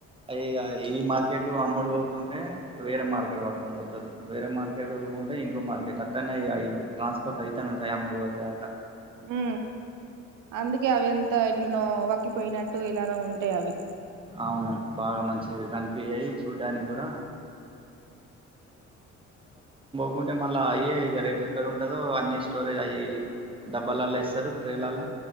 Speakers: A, on the right (about 15°); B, on the right (about 85°).
A: అయి ఈ మార్కెట్ అమ్ముడు పోకుంటే వేరే మార్కెట్ పట్టుకొని పోతారు వేరే మార్కెట్ ఇంకో మార్కెట్ అట్టనె ట్రాన్స్పోర్ట్ అయిత ఉంటాయి ఆ మూడు రోజుల్ దాగా
B: ఉ అందుకే అవి అంత ఎట్లనో వక్కిపోయినట్టు ఇలానే ఉంటాయి అవి
A: అవును బాగ మంచివి కనిపించయి అవిచూడ్డానికి కూడా కుంటే మళ్ళా అయ్యయి ఇక రేపు ఎక్కడ ఉంటదో అన్ని స్టోరేజ్ అయి డబ్బలల్లా వేస్తరు ట్రేలలా